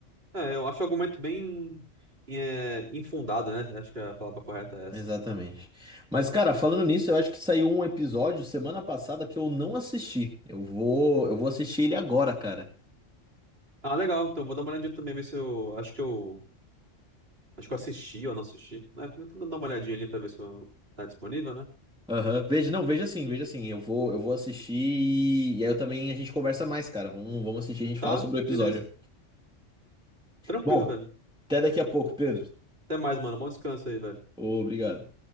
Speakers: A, on the right; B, in the centre.
A: É, eu acho o argumento bem é, infundado, né? Acho que a palavra correta é essa.
B: Exatamente. Mas, cara, falando nisso, eu acho que saiu um episódio semana passada que eu não assisti. Eu vou, eu vou assistir ele agora, cara.
A: Ah, legal. Então vou dar uma olhadinha também, ver se eu. Acho que eu. Acho que eu assisti ou não assisti. É, eu tô dando uma olhadinha ali pra ver se eu... tá disponível, né?
B: Aham, Veja, não, veja assim, veja assim, eu vou, eu vou assistir e, e aí eu também a gente conversa mais, cara. Vamos, vamos assistir, a gente
A: Tá,
B: fala sobre o episódio.
A: beleza. Tranquilo,
B: Bom,
A: velho.
B: até daqui a pouco, Pedro.
A: Até mais, mano. Bom descanso aí, velho.
B: Obrigado.